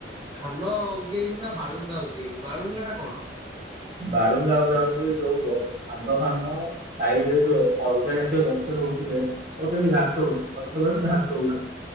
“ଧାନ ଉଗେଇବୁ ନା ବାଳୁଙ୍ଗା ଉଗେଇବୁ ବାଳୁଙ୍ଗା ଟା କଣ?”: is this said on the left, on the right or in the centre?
Right